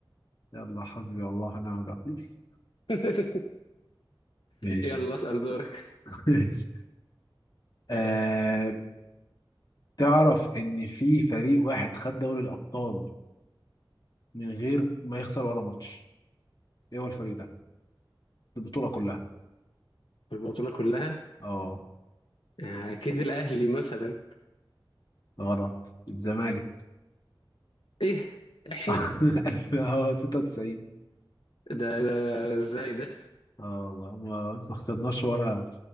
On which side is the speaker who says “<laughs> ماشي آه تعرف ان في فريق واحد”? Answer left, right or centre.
Left